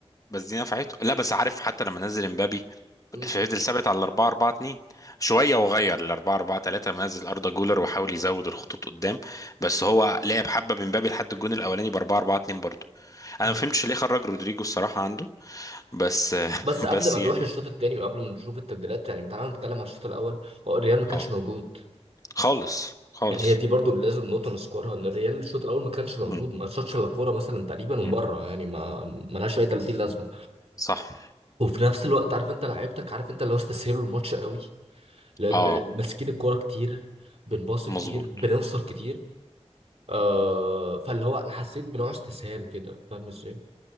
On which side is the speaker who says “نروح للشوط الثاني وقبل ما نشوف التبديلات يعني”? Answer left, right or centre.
Right